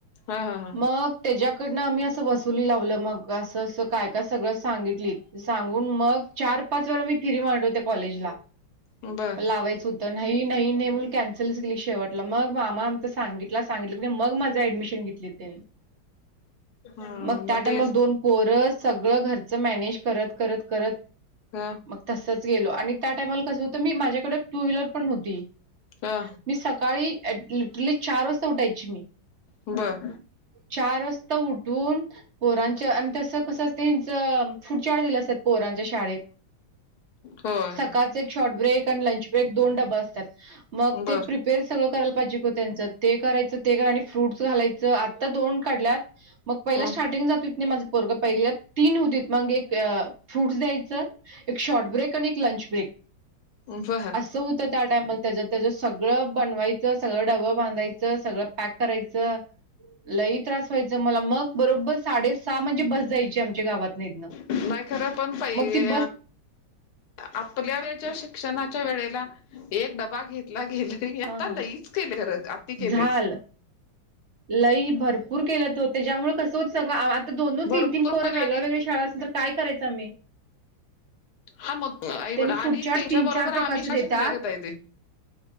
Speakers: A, on the left (about 60°); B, on the right (about 50°).
A: हा हा हा
B: मग त्याच्याकडनं आम्ही असं वसुली लावलं मग, असं असं काय का सगळं सांगितलीत. सांगून मग चार पाच वेळा मी फिरी मारलो त्या कॉलेजला.
A: बर
B: लावायच हुतं. नाही नाही नाही म्हणून कॅन्सलच केलीत शेवटला. मग मामा आमच सांगितला, सांगितलं कनी मग माझं एऍडमिशन घेतलित त्यांनी.
A: हा
B: मग त्या टायमाला
A: तेच
B: दोन पोर सगळं घरचं मॅनेज करत करत करत
A: ह
B: मग तसच गेलो आणि त्या टायमाला कसं होतं मी, माझ्याकडे टू व्हीलर पण होती.
A: हा
B: मी सकाळी लिटरली चार वाजता उठायची मी.
A: बर
B: चार वाजता उठून पोरांचं आणि तसं कसं असतंय ह्यांचं, फूडचार्ट दिलं असतात पोरांच्या शाळेत.
A: होय
B: सकाळचं एक शॉर्ट ब्रेक आणि लंच ब्रेक दोन डबा असतात, मग
A: बर
B: ते प्रि पेर सगळं करायला पाहिजे की त्यांचं, ते करायचं ते करा आणि फ्रूट्स घालायचं, आता दोन काढल्यात मग पहिला
A: हम्
B: स्टार्टिंग जात होत नाही माझं पोरगं पहिलीला, तीन होतीत मग एक फ्रूट्स द्यायचं एक शॉर्ट ब्रेक आणि एक लंच ब्रेक.
A: वह
B: तो होता त्या टाइमाला त्या त्याच सगळं बनवायचं सगळं डबं बांधायचं सगळं पॅक करायचं. लई त्रास व्हायचं मला मग बरोबर साडे सहा म्हणजे बस जायची आमच्या गावातनं हितनं.
A: नाही खरं पण पाहि
B: मग ती बस
A: आपल्या वेळेच्या शिक्षणाच्या वेळेला, एक डबा घेतला गेलं. ते ही
B: हां,
A: आता
B: हां.
A: लईच केले खरं, अति केलंय.
B: झालं. लई भरपूर केल्यात हो, त्याच्यामुळे कसं होत सांगा आ दोन- दोन,
A: भरपूर
B: तीन- तीन पोरं
A: म्हणजे
B: वेगळं
A: आणि
B: वेगळं शाळा असलं तर काय करायचं आम्ही?
A: हा मग आईवड
B: त्यांनी
A: आणि
B: पुढच्या
A: त्यांच्या बरोबर आम्ही
B: प्रकारचे
A: शाळा
B: देतात.
A: शिकल्यागत हाय तेे.